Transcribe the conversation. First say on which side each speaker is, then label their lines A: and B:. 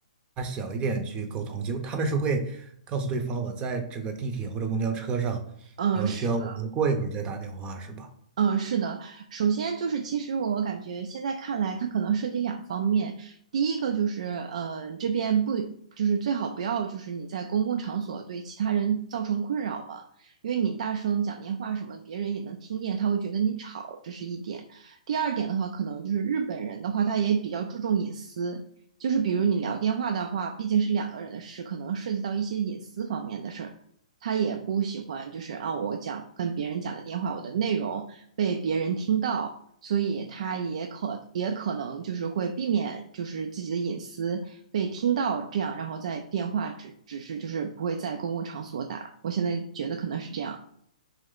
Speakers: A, on the right; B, on the right.
A: 压小一点去沟通。结果他们是会告诉对方，我在这个地铁或者公交车上，
B: 嗯，
A: 然后需要我们过一会儿再打电话，
B: 是的，
A: 是吧？
B: 嗯，是的。首先就是，其实我感觉现在看来，它可能涉及两方面。第一个就是，呃，这边不就是最好不要就是你在公共场所对其他人造成困扰嘛，因为你大声讲电话什么，别人也能听见，他会觉得你吵，这是一点。第二点的话，可能就是日本人的话，他也比较注重隐私。就是比如你聊电话的话，毕竟是两个人的事，可能涉及到一些隐私方面的事儿，他也不喜欢，就是啊，我讲跟别人讲的电话，我的内容被别人听到，所以他也可也可能就是会避免，就是自己的隐私被听到，这样，然后在电话只只是就是不会在公共场所打。我现在觉得可能是这样。